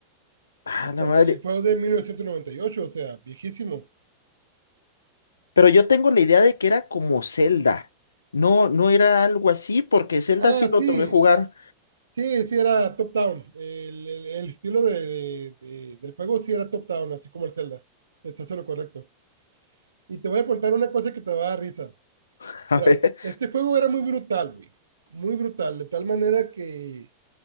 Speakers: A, on the left (about 70°); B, on the right (about 70°).
A: Ah, la
B: porque
A: madre.
B: el juego es de 1998, o sea, viejísimo.
A: Pero yo tengo la idea de que era como Zelda. No, no era algo así, porque Zelda
B: Ah,
A: sí lo
B: sí,
A: logré jugar.
B: sí, sí era top-down. El, el- el estilo de, de- del juego sí era top-down, así como el Zelda. Estás en lo correcto. Y te voy a contar una cosa que te va a dar risa.
A: <laughs> A
B: Mira,
A: ver.
B: este juego era muy brutal, güey. Muy brutal, de tal manera que